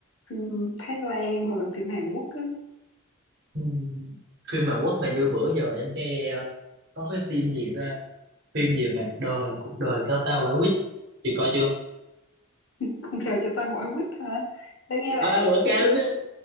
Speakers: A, on the left; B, on the right.
A: phim Thái Lan hoặc là phim Hàn Quốc á
B: Ừ. phim Hàn Quốc thì như bữa giờ em nghe ờ, có cái phim gì ra phim gì mà đời cuộc đời theo ta quả quýt chị coi chưa
A: không sao cho ta quả quýt hả để nghe lại
B: à,
A: vậy
B: quả
A: chứ
B: cam
A: chưa
B: chứ.